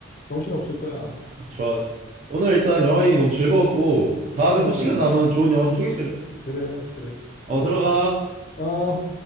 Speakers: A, on the left; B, on the right.
A: 정신 없을 거야.
B: 좋아. 좋아. 오늘 일단 영화 얘기 너무 즐거웠고 다음에
A: 어,
B: 또 시간 남으면 좋은 영화 좀 소개시켜줘.
A: 그래, 그래.
B: 어,
A: 어.
B: 들어가.
A: 어.